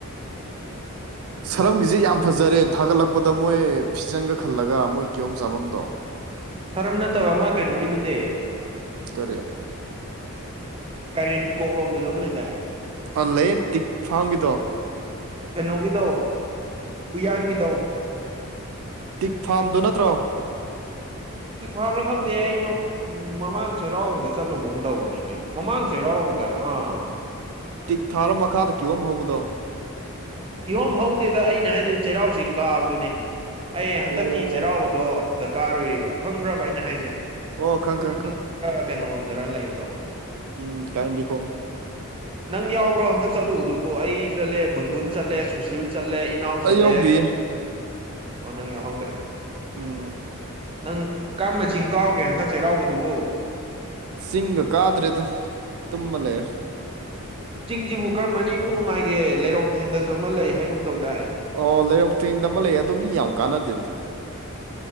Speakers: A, on the right (about 70°); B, on the right (about 25°).
A: ꯁꯔꯪꯒꯤꯁꯦ ꯌꯥꯝ ꯐꯖꯔꯦ ꯊꯥꯒꯠꯂꯛꯄꯗ ꯃꯣꯏ ꯐꯤꯖꯪꯒ ꯈꯜꯂꯒ ꯃꯣꯏ ꯀꯤꯍꯣꯝ ꯆꯥꯐꯝꯗꯣ
B: ꯁꯔꯝ ꯅꯠꯇꯕ ꯑꯃ ꯀꯩꯅꯣꯒꯤꯗꯨꯗꯤ
A: ꯀꯔꯤ
B: ꯀꯩꯔꯦꯝ ꯐꯤꯀꯣꯛ ꯂꯣꯝꯗꯁꯨ ꯑꯃ ꯂꯩꯗꯥꯢ
A: ꯑ ꯂꯩꯌꯦ ꯇꯤꯛ ꯐꯥꯝꯒꯤꯗꯣ
B: ꯀꯩꯅꯣꯒꯤꯗꯣ ꯎꯌꯥꯟꯒꯤꯗꯣ
A: ꯇꯤꯛ ꯐꯥꯝꯗꯨ ꯅꯠꯇ꯭ꯔꯣ
B: ꯇꯤꯛ ꯐꯥꯝꯔ ꯈꯪꯗꯦ ꯑꯩ ꯎꯝ ꯃꯃꯥꯡ ꯆꯩꯔꯥꯎꯕꯗ ꯆꯠꯂꯨꯒꯨꯝ ꯇꯧꯕꯅꯤꯅꯦ ꯃꯃꯥꯡ ꯆꯩꯔꯥꯎꯕꯗꯔ ꯑꯥ
A: ꯇꯤꯛ ꯊꯥꯔ ꯃꯈꯥꯗ ꯀꯤꯌꯣꯝ ꯍꯧꯕꯗꯣ
B: ꯀꯤꯍꯣꯝ ꯍꯧꯗꯦꯗ ꯑꯩꯅ ꯍꯥꯏꯗꯨꯗꯤ ꯆꯩꯔꯥꯎ ꯆꯤꯡ ꯀꯥꯕꯗꯨꯅꯦ ꯑꯩ ꯍꯟꯗꯛꯀꯤ
A: ꯑꯣ
B: ꯆꯩꯔꯥꯎꯕꯗꯣ ꯗ ꯀꯥꯔꯨꯢꯕ ꯈꯪꯕ꯭ꯔꯕ ꯑꯩꯅ ꯍꯥꯏꯁꯦ
A: ꯑꯣ ꯈꯪ
B: ꯀꯨ
A: ꯈꯪ ꯈꯪ
B: ꯀꯩꯅꯔꯣꯝꯗꯔ ꯂꯩꯕꯗꯣ
A: ꯎꯝ ꯀꯔꯝꯕꯤꯈꯣꯡ <inaudible>
B: ꯅꯪ ꯌꯥꯎꯕ꯭ꯔꯣ ꯍꯟꯇꯛ ꯆꯠꯂꯨꯗꯨꯕꯨ ꯑꯩ ꯆꯠꯂꯦ ꯕꯨꯨꯟꯕꯨꯟ ꯆꯠꯂꯦ ꯁꯨꯁꯤꯜ ꯆꯠꯂꯦ ꯏꯅꯥꯎ ꯆꯠꯂꯦ
A: ꯑꯩ ꯌꯥꯎꯗ꯭ꯔꯤꯌꯦ
B: ꯑꯣ ꯅꯪ ꯌꯥꯎꯍꯧꯗ꯭ꯔꯦ
A: ꯎꯝ
B: ꯅꯪ ꯀꯔꯝꯕ ꯆꯤꯡ ꯀꯥꯔꯨꯒꯦ ꯍꯟꯗꯛ ꯆꯩꯔꯥꯎꯕꯗꯨꯕꯣ
A: ꯆꯤꯡꯒ ꯀꯥꯗ꯭ꯔ‌ꯦꯗ ꯇꯨꯝꯃ ꯂꯩꯔ‌ꯦ
B: ꯆꯤꯡꯁꯤꯕꯨ ꯀꯔꯝꯕꯅ ꯏꯅꯨꯡ ꯅꯨꯡꯉꯥꯏꯒꯦ ꯂꯩꯔꯣꯡ ꯊꯦꯟꯗꯁꯨ ꯑꯃ ꯂꯩ ꯍꯥꯏꯒꯨꯝ ꯇꯧꯗꯥꯏ
A: ꯑꯣ ꯂꯩꯔꯣꯡꯊꯦꯡꯗ ꯑꯃ ꯂꯩ ꯑꯗ‌ꯣ ꯃꯤ ꯌꯥꯝ ꯀꯥꯟꯅꯗꯦꯗ